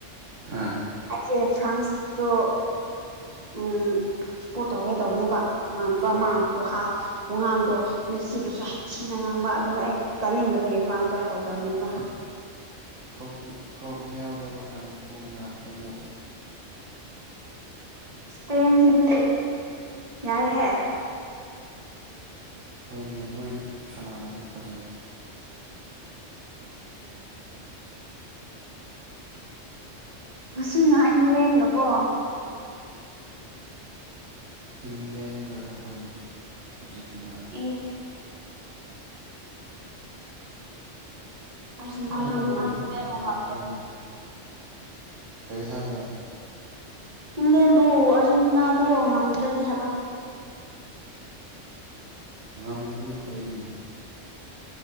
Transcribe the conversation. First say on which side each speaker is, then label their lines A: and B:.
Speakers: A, on the right; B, on the right.
A: ꯑꯥ
B: ꯑꯩꯁꯦ ꯐ꯭ꯔꯥꯟꯁꯇꯣ ꯎꯝ ꯁꯄꯣꯔꯠ ꯇꯧꯒꯦ ꯇꯧꯕꯅꯦꯕ ꯏꯃꯥꯟꯅꯕ
A: ꯍꯣꯏ
B: ꯑꯃꯈꯨ ꯍꯥꯏ ꯍꯨꯉꯥꯡꯗꯣ ꯃꯦꯛꯁꯤꯕꯨꯁꯨ ꯍꯩ ꯊꯤꯅ ꯉꯥꯡꯕ ꯑꯗꯨ ꯑꯩ ꯇꯥꯅꯤꯡꯗꯕꯒꯤ ꯈꯧꯔꯥꯡ ꯇꯥꯏ ꯇꯧꯗꯕꯅꯦꯕꯣ
A: ꯀꯣꯛ ꯀꯣꯛ ꯌꯥꯎꯗꯕ ꯀꯥꯡꯕꯨꯨ ꯉꯥꯛꯇꯅꯦ
B: ꯏꯁꯄꯦꯟꯁꯤꯗꯤ ꯌꯥꯏꯍꯦ
A: ꯍꯣꯏꯅꯦ ꯃꯣꯏ ꯁꯥꯟꯅꯕꯗꯨꯣ ꯐꯖꯩ
B: ꯀꯁꯤ ꯅꯍꯥꯛ ꯏꯪꯂꯦꯟꯒꯀꯣ
A: ꯏꯪꯂꯦꯟꯒ ꯍꯣꯏꯅꯤ ꯑꯥꯔꯖꯦꯟꯇꯤꯅꯥ
B: ꯏꯪ ꯑꯔꯖꯦꯟꯇꯤꯅꯥꯕꯨ
A: ꯈꯪꯗ꯭ꯔꯦꯗ
B: ꯏ <unintelligible>
A: <unintelligible> ꯀꯩ ꯍꯥꯏꯕ꯭ꯔꯥ
B: ꯏꯪꯂꯦꯟꯕꯨ ꯑꯥꯔꯖꯦꯟꯇꯤꯅꯥꯗꯣ ꯉꯝꯗ꯭ꯔꯗꯤ ꯍꯥꯏꯕ
A: ꯉꯝꯂꯅꯤ ꯀꯩꯅꯣ